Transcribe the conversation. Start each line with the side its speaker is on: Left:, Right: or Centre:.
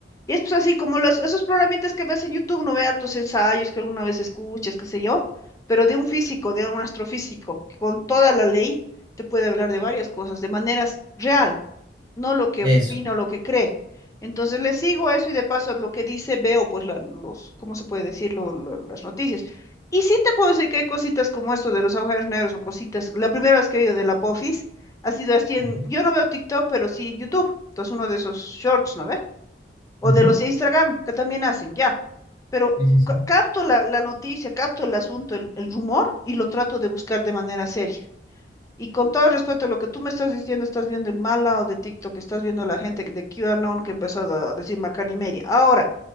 Left: Y es pues así como los, esos programitas que ves en YouTube, no ve hartos ensayos que alguna vez escuchas, qué sé yo, pero de un físico, de un astrofísico, que con toda la ley te puede hablar de varias cosas, de maneras real. no lo que
Right: eso.
Left: opina o lo que cree. Entonces le sigo eso y de paso a lo que dice veo pues la- los, ¿cómo se puede decir? Lo- lo- las noticias. Y sí te puedo decir que hay cositas como esto de los agujeros negros o cositas. La primera vez que he oído de la Pofis ha sido así en,
Right: Ujú,
Left: yo no veo TikTok, pero sí en YouTube. Entonces uno de esos shorts, ¿no ve? O
Right: ujú,
Left: de los de Instagram, que también hacen, ya. Pero
Right: Sí, sí, sí.
Left: ca- capto la, la noticia, capto el asunto, el, el rumor y lo trato de buscar de manera seria. Y con todo respeto, lo que tú me estás diciendo, estás viendo el mal lado de TikTok, estás viendo la gente de QAnon que empezó a a decir macana y media. Ahora,